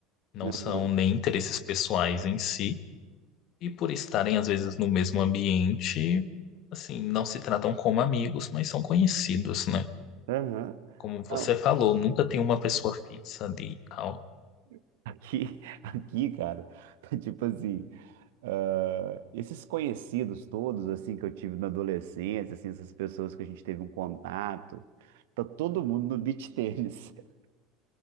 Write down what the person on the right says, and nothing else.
Aham,
aham.
Não,
<laughs> aqui, aqui, cara, tá tipo assim, ah, esses conhecidos todos, assim, que eu tive na adolescência, assim, essas pessoas que a gente teve um contato, tá todo mundo no beach tênis. <laughs>